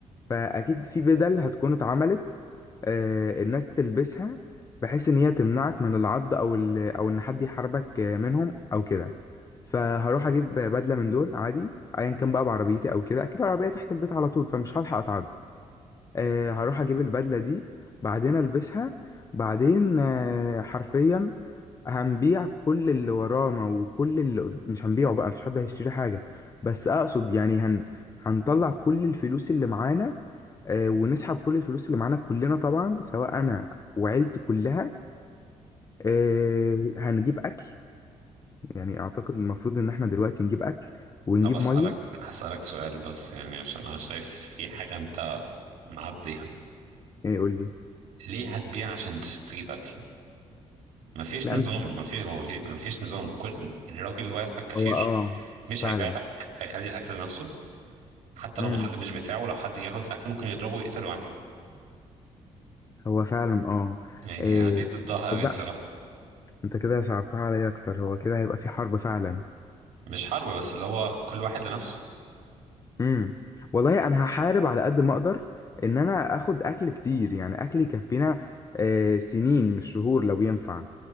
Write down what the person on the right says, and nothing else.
طب أسألك
هسألك سؤال بس يعني عشان أنا شايف في حاجة انت معديها
ليه هتبيع عشان تش- تجيب أكل مفيش
نظام
مفيش مفيش مفيش نظام كل الراجل اللي واقف على الكاشير
مش
هيبيع لك هيخلي الأكل لنفسه حتى
لو المحل مش بتاعه لو حد جه ياخد الاكل ممكن يضربه ويقتله عادي
يعني
أنا دي ضدها قوي
الصراحه
مش حرب بس اللي هو كل واحد لنفسه